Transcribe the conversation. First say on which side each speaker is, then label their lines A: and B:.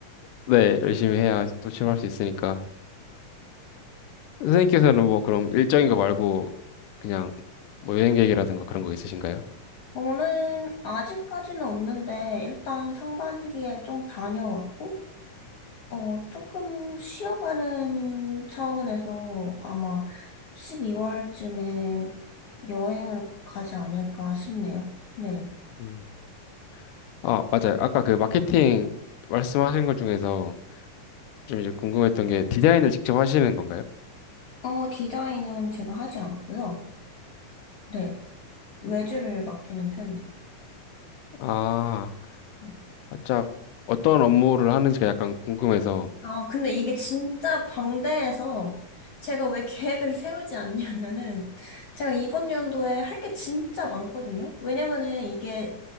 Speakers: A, on the left; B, on the left.
A: 네, 열심히 해야 또 취업할 수 있으니까. 선생님께서는 뭐 그럼 일정인 거 말고 그냥 뭐 여행 계획이라든가 그런 거 있으신가요?
B: 저는 아직까지는 없는데 일단 상반기에 좀 다녀왔고 어 조금 쉬어가는 차원에서 아마 12월쯤에 여행을 가지 않을까 싶네요. 네.
A: 음. 아, 맞아요. 아까 그 마케팅 말씀하신 것 중에서 좀 이제 궁금했던 게 디자인을 직접 하시는 건가요?
B: 어, 디자인은 제가 하지 않고요. 네, 외주를 맡기는 편이에요.
A: 아.
B: 음.
A: 살짝 어떤 업무를 하는지가 약간 궁금해서.
B: 아, 근데 이게 진짜 방대해서 제가 왜 계획을 세우지 않냐면은 제가 이번 연도에 할 게 진짜 많거든요. 왜냐면은 이게